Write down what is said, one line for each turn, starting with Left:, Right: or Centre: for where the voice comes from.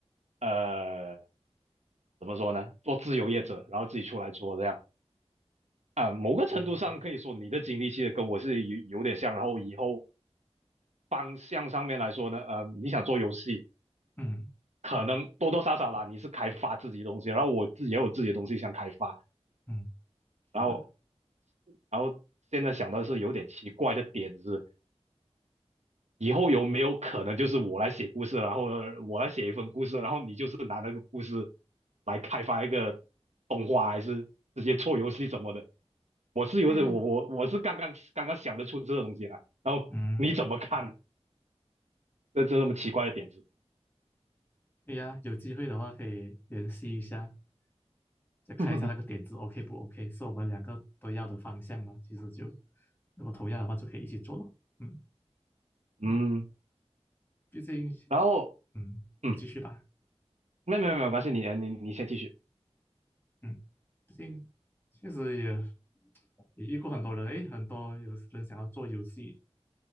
Right: 呃怎么说呢做自由业者，然后自己出来做这样。啊、呃某个程度上可以说你的经历其实跟我是有有点像，
Left: 明白，
Right: 然后以后方向上面来说呢，呃，你想做游戏，
Left: 嗯
Right: 可能多多少少啦，你是开发自己的东西，然后我自己也有自己的东西想开发，
Left: 嗯，
Right: 然后
Left: 是的，
Right: 然后现在想到是有点奇怪的点子，以后有没有可能就是我来写故事，然后我来写一份故事，然后你就是拿那个故事来开发一个动画，还是直接做游戏什么的？我是有点，
Left: 可以啊，
Right: 我我我是刚刚刚刚想得出这个东西来，然后你怎么看
Left: 嗯，
Right: 这这这么奇怪的点子？
Left: 可以啊，有机会的话可以联系一下，再看一下那个点子
Right: <laughs>
Left: OK 不 OK，是我们两个都要的方向嘛，其实就如果同样的话就可以一起做了，嗯
Right: 嗯，
Left: 嗯，毕竟
Right: 然后
Left: 嗯你继续吧，
Right: 嗯，没没没有关系，你你你先继续，
Left: 嗯毕竟确实也也遇过很多人，诶，很多有人想要做游戏